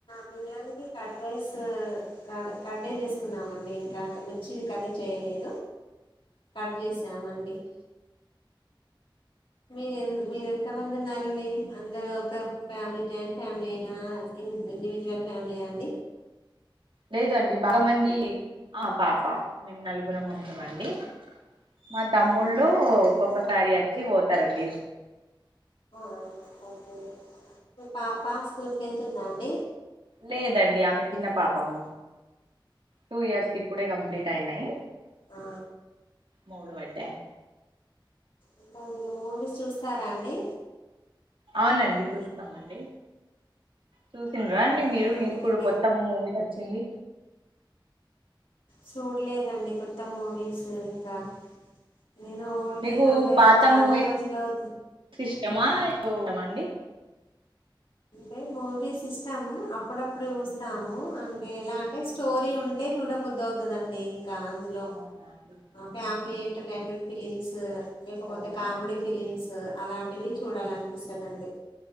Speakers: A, on the left; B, on the right.
A: బిర్యానీకి కట్ రైస్ క కట్టే చేసుకున్నామండి ఇంకా మిర్చి కర్రీ చేయలేదు కట్ చేసామండి మీర మీరెంత మంది ఉన్నారండి అందరరూ ఒకే ఒక ఫ్యామిలీ జాయింట్ ఫ్యామిలీ యే నా ఇండివిజువల్ ఫ్యామిలీ అండి
B: లేదు అండి బాగా మంది ఆ పాప మేము నలుగుర ఉంటామండి మా తమ్ముళ్ళు
A: అవును అవును.
B: ఒక్కొక్కసారి వచ్చి పోతరు స్తరండి
A: ఆ ఓకే మీ పాప స్కూల్కి వెళ్తుందా అండి
B: లేదండి ఆమె చిన్న పాపంం టూ ఇయర్స్ క ఇప్పుడే కంప్లీట్ అయినాయి
A: ఆ
B: మూడు వాడ్డా
A: ఇంకా మీరు మూవీస్ చూస్తారా అండి
B: అవునండి చూస్తామండి చూసిండ్రా అండి
A: ఆ,
B: మీరు
A: అంటే
B: ఇప్పుడు
A: మీకు
B: కొత్త మూవీ వచ్చింది
A: చూడలేదండి కొత్త మూవీస్ ఇంకా నేను ఓల్డ్
B: మీకు
A: అన్లే
B: పాత
A: చాలా
B: మూవీ
A: రోజులు అవుతుంది
B: ఇష్టమా చూ అడి
A: అంటే మూవీస్ ఇష్టము అప్పుడప్పుడు వస్తాము ఎలా అంటే స్టోరీ ఉంటే చూడబుద్దవుతది అండి అందులో
B: అవునా అండి
A: ఫ్యామిలీ ఏంట ఎంటైన్మెంట్ ఫిలిమ్స్ లేకపోతే
B: ఓ
A: కామెడీ
B: అచ్చ.
A: ఫిలిమ్స్ అలాంటివి చూడాలనిపిస్తుందిండి
B: ఆ,